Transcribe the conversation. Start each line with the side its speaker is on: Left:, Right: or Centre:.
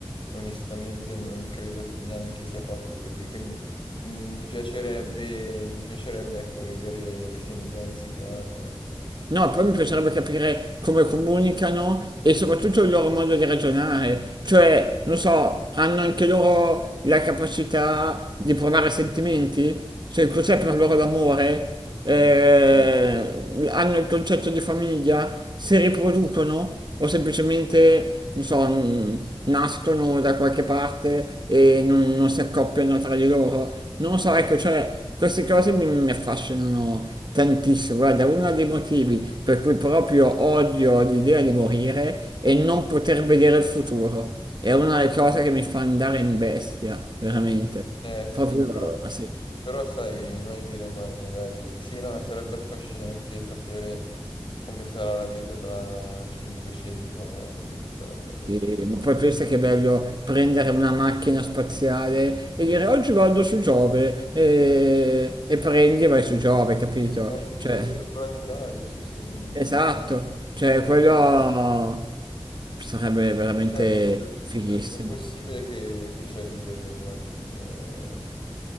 Left: onestamente non credo che neanche sia fatto così. Quindi mi, mi piacerebbe, mi piacerebbe, ecco, vedere le sembianze che hanno, ecco.
Right: No, poi mi piacerebbe capire come comunicano e soprattutto il loro modo di ragionare. Cioè, non so, hanno anche loro la capacità di provare sentimenti? Cioè, cos'è per loro l'amore? Eh,
Left: Mm,
Right: hanno il concetto di famiglia? Si riproducono? O semplicemente che, non so, n- nascono da qualche parte e non, non si accoppiano tra di loro. Non lo so, ecco, cioè, queste cose mi, mi affascinano tantissimo. Guarda, uno dei motivi per cui proprio odio l'idea di morire è non poter vedere il futuro. È
Left: mm,
Right: una delle cose che mi fa andare in bestia, veramente.
Left: Eh, eh, sì,
Right: Proprio,
Left: però,
Right: sì.
Left: però sai, mai dire mai, magari... Sì, no, sarebbe affascinante sapere come sarà la vita tra 500 anni, sarebbe veramente
Right: Sì, ma poi pensa
Left: bello.
Right: che è bello prendere una macchina spaziale e dire oggi vado su Giove e, e prendi e vai su Giove, capito?
Left: Sì, un buon
Right: Cioè,
Left: interplanetario, sì, sì, un-
Right: esatto, cioè
Left: uno spazio.
Right: quello sarebbe veramente
Left: Eh, pot-
Right: fighissimo.
Left: è possibile che, che ci arriveremo, eh. Ehm,